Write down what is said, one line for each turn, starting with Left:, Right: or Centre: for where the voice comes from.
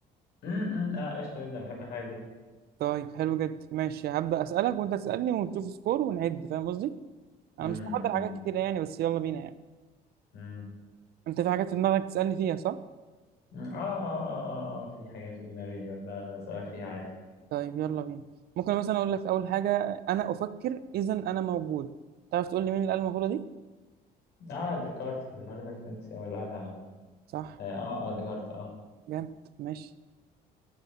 Left: امم اه قشطه جدا بحب الحاجات دي
Right: طيب حلو جدا ماشي هبدا اسالك وانت تسالني ونشوف سكور ونعد فاهم قصدي انا
Left: امم
Right: مش محضر حاجات كتيره يعني بس يلا بينا يعني
Left: امم
Right: انت في حاجات في دماغك تسالني فيها صح
Left: آه, آه, اه اه اه في حاجات في دماغي بسألك فيها عادي
Right: طيب يلا بينا ممكن مثلا اقول لك اول حاجه انا افكر اذا انا موجود تعرف تقول لي مين اللي قال المقوله دي
Left: اه ديكارت ديكارت الفرنسي هو اللي قالها
Right: صح
Left: اه اه آه، ديكارت اه
Right: جامد ماشي